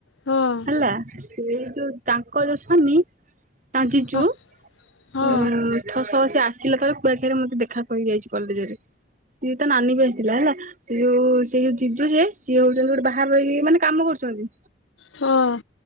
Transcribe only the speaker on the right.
ହେଲା ସେ ଯୋଉ ତାଙ୍କ ଯୋ ସ୍ୱାମୀ ତାଙ୍କ ଜିଜୁ
ଉଁ ଥଶହ ସେ ଆସିଥିଲେ ଥରେ କୁଆଖିଆରେ ମତେ ଦେଖା କରିକିଯାଇଛି କଲେଜରେ। ଉ ତା ନାନୀ ବି ଆସିଥିଲା ହେଲା ସେଯୋଉ ସେଇ ଯୋଉ ଜିଜୁ ଯେ ସିଏ ହଉଛନ୍ତି ଗୋଟେ ବାହାରେ ରହିକି ମାନେ କାମ କରୁଚନ୍ତି